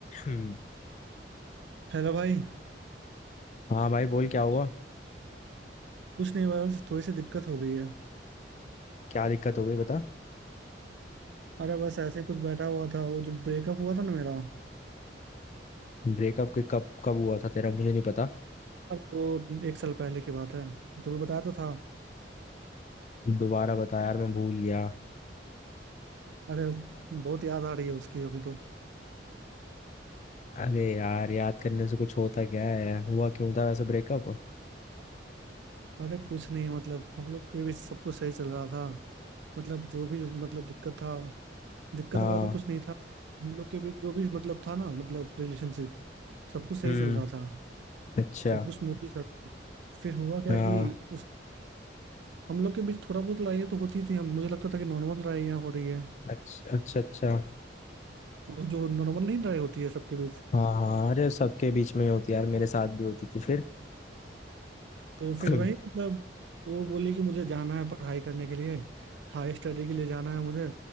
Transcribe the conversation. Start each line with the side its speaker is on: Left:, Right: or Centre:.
Left: हम्म
Right: Hello भाई
Left: हाँ भाई बोल क्या हुआ
Right: कुछ नहीं भाई बस थोड़ी सी दिक्कत हो गई है
Left: क्या दिक्कत हो गई बता
Right: अरे बस ऐसे कुछ बैठा हुआ था वो जो ब्रेकअप हुआ था ना मेरा
Left: ब्रेकअप के कब कब हुआ था तेरा मुझे नहीं पता
Right: अरे वो एक साल पहले की बात है तुम्हें बताया तो था
Left: दोबारा बता यार मैं भूल गया
Right: अरे बहुत याद आ रही है उसकी अभी तो
Left: अरे यार याद करने से कुछ होता क्या है हुआ क्यों था वैसे ब्रेकअप
Right: अरे कुछ नहीं मतलब हम लोग के भी सब कुछ सही चल रहा था मतलब जो भी मतलब दिक्कत था दिक्कत
Left: हाँ
Right: वगैरह तो कुछ नहीं था हम लोग के बीच जो भी मतलब था ना मतलब रिलेशनशिप सब कुछ सही
Left: हम्म
Right: चल रहा था
Left: अच्छा
Right: सब कुछ स्मूथली चल रहा था फिर हुआ क्या
Left: हाँ
Right: कि उस हम लोग के बीच थोड़ा बहुत लड़ाइयाँ तो होती थी हम मुझे लगता था कि नॉर्मल लड़ाइयाँ हो रही है
Left: अच्छा अच्छा अच्छा
Right: वो जो नॉर्मल नहीं लड़ाई होती है सबके बीच
Left: हाँ हाँ अरे सबके बीच में ही होती है यार मेरे साथ भी होती थी फिर
Right: तो
Left: <clears throat>
Right: फिर वही मतलब वो बोली कि मुझे जाना है पढ़ाई करने के लिए हाई स्टडी के लिए जाना है मुझे